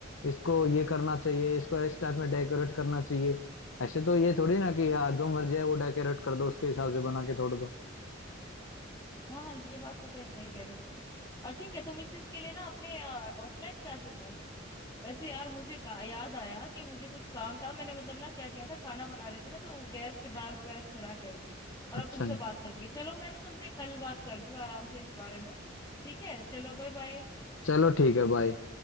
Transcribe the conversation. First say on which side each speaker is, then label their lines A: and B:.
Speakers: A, on the left; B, on the left.
A: इसको ये करना चाहिए इसको इस टाइप में डेकोरेट करना चाहिए ऐसे तो ये थोड़ी ना कि हाँ जो मर्जी है वो डेकोरेट कर दो उसके हिसाब से बना के छोड़ दो
B: हाँ हाँ ये बात तो खैर सही कह रहे हो तुम और ठीक है तुम इस चीज के लिए ना अपने ऑफलाइन क्लासेस जा सकते हो वैसे यार मुझे का, याद आया कि मुझे कुछ काम था मैंने मतलब ना क्या किया था खाना बना रही थी ना तो गैस पे दाल वगैरह चढ़ा के आई थी और अब
A: अच्छा
B: तुमसे बात लग गई चलो मैं ना तुमसे कल बात करती हूँ आराम से इस बारे में ठीक है चलो बाय बाय
A: चलो ठीक है बाय